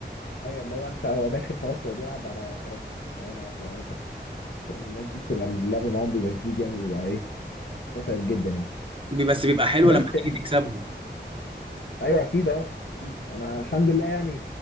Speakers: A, on the left; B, on the right.
A: ايوه اللي هو انت هو داخل خلاص هو بيلعب على كرامته لو انا فلو انا شخص فاهم؟ الناس دي بتبقى اللعب معاهم بيبقى شديد يعني بيبقى ايه متعب جدا يعني
B: بي- بس بيبقى حلو لما
A: بس
B: تيجي تكسبهم
A: ايوه اكيد اه اكيد انا الحمد لله يعني